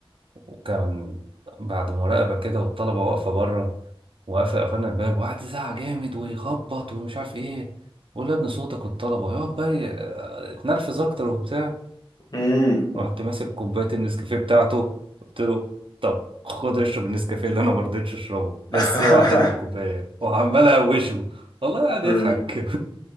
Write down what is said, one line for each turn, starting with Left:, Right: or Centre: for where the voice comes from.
Right: وكان بعد مراقبة كده والطلبة واقفة بره وقفل قفلنا الباب وقعد يزعق جامد ويخبط ومش عارف ايه بقول له يا ابني صوتك والطلبة يقعد بقى ي- اتنرفز اكتر وبتاع
Left: امم
Right: رحت ماسك كوباية النسكافيه بتاعته قلت له طب خد اشرب النسكافيه اللي انا ما رضيتش اشربه بس
Left: <laughs>
Right: اوعى ترمي الكوبايه وعمال اهوشه والله قاعد
Left: أمم.
Right: يضحك